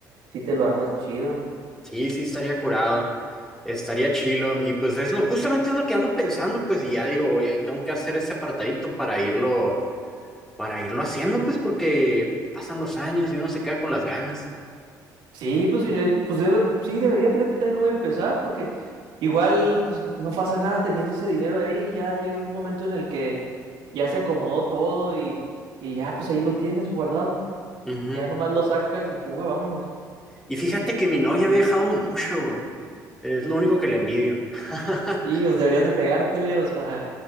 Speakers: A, on the right; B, in the centre.
A: sí te lo armas chido.
B: Sí, sí, estaría curado, estaría chilo. Y pues es lo, justamente es lo que ando pensando, pues, y ya digo, oye, tengo que hacer ese apartadito para irlo, para irlo haciendo, pues, porque pasan los años y uno se queda con las ganas.
A: Sí, pues, sí, eh, pues debe- sí, debería, fíjate, yo también lo voy a empezar porque igual pues no pasa nada teniendo ese dinero ahí, ya llega un momento en el que ya se acomodó todo y, y ya pues ahí lo tienes guardado,
B: Ujú.
A: ya nomás lo sacas y fuga, vámonos.
B: Y fíjate que mi novia ha viajado mucho, güey. es lo único que le envidio. <laughs>
A: Y os deberías de pegártele, os para,